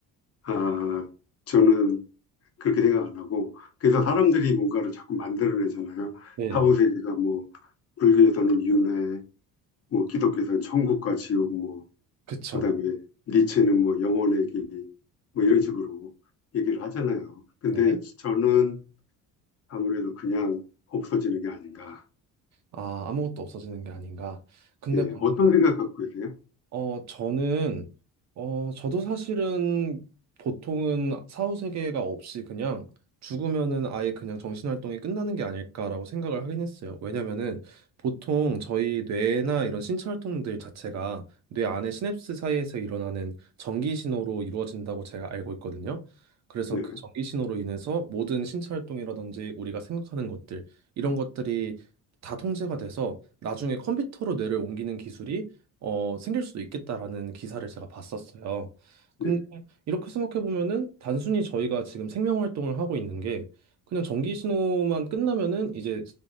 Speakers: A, on the left; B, on the right.
A: 아, 저는 그렇게 생각 안 하고 그래서 사람들이 뭔가를 자꾸 만들어내잖아요.
B: 네네네.
A: 사후세계가 뭐 불교에서는 윤회, 뭐 기독교에서는 천국과 지옥, 뭐
B: 그쵸.
A: 그다음에 니체는 뭐 영혼의 길, 뭐 이런 식으로 얘기를 하잖아요. 근데
B: 네.
A: 저는 아무래도 그냥 없어지는 게 아닌가.
B: 아, 아무것도 없어지는 게 아닌가. 근데
A: 예,
B: 방금
A: 어떤 생각 갖고 계세요?
B: 어, 저는, 어, 저도 사실은 보통은 사후 세계가 없이 그냥 죽으면은 아예 그냥 정신활동이 끝나는 게 아닐까라고 생각을 하긴 했어요. 왜냐면은 보통 저희 뇌나 이런 신체 활동들 자체가 뇌 안의 시냅스 사이에서 일어나는 전기 신호로 이루어진다고 제가 알고 있거든요. 그래서
A: 네,
B: 그 전기 신호로 인해서 모든 신체 활동이라든지 우리가 생각하는 것들, 이런 것들이 다 통제가 돼서 나중에 컴퓨터로 뇌를 옮기는 기술이 어, 생길 수도 있겠다라는 기사를 제가 봤었어요.
A: 네.
B: 근데 이렇게 생각해 보면은 단순히 저희가 지금 생명 활동을 하고 있는 게 그냥 전기 신호만 끝나면은 이제